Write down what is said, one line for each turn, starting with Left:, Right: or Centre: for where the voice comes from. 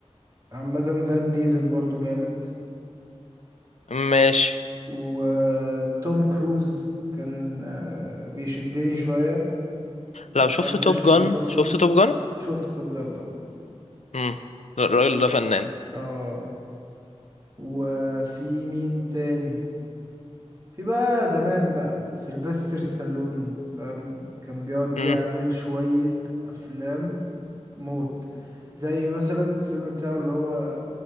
Right: عامة فان ديزل برضو جامد
Left: ماشي
Right: وتوم كروز كان آه، بيشدني شوية بعد
Left: لو شفت
Right: ميشن
Left: توب جان
Right: امبوسيبل
Left: شفت توب جان
Right: شفت توب جان طبعا
Left: امم الراجل ده فنان
Right: اه وفي مين تاني في بقى زمان بقى سيلفستر ستالون فاهم كان بيقعد
Left: امم
Right: يعمل شوية أفلام موت زي مثلا الفيلم بتاعه اللي هو